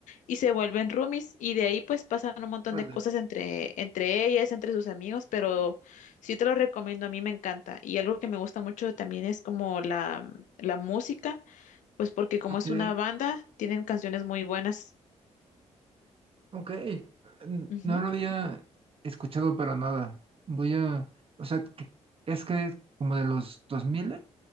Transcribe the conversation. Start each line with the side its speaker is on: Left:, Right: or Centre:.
Left: y se vuelven roomies y de ahí pues pasan un montón
Right: órale,
Left: de cosas entre, entre ellas, entre sus amigos, pero Sí te lo recomiendo, a mí me encanta. Y algo que me gusta mucho también es como la, la música, pues porque como
Right: Ok.
Left: es una banda, tienen canciones muy buenas.
Right: Ok. N-
Left: Ujú.
Right: No lo había escuchado para nada. Voy a... O sea, que- es que como de los 2000,